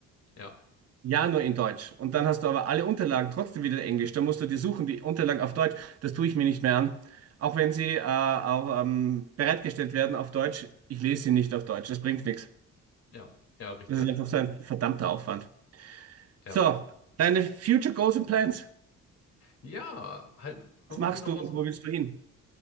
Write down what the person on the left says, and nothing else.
Ja,
ja, ja, richtig.
Ja.
Ja, halt irgendwie
nochmal
so,